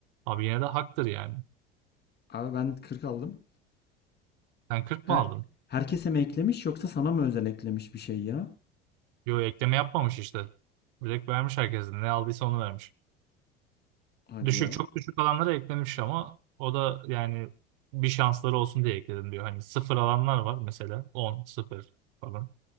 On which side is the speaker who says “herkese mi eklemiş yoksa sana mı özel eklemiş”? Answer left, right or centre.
Left